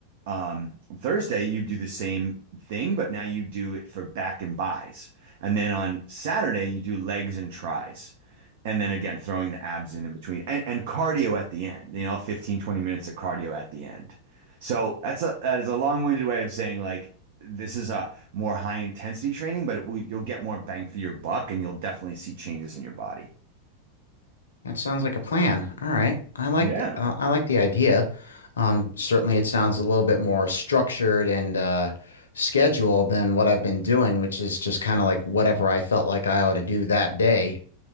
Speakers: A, on the right (about 50°); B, on the left (about 70°).
A: um, Thursday, you do the same thing, but now you do it for back and buys. And then on Saturday, you do legs and tries. And then again, throwing the abs in in between and, and cardio at the end, you know, fifteen twenty minutes of cardio at the end. So that's a, that is a long-winded way of saying like, this is a more high intensity training, but it will, you'll get more bang for your buck and you'll definitely see changes in your body.
B: That sounds like a plan. All right. I like
A: Yeah.
B: the, uh, I like the idea. Um, certainly it sounds a little bit more structured and uh, scheduled than what I've been doing, which is just kind of like whatever I felt like I ought to do that day.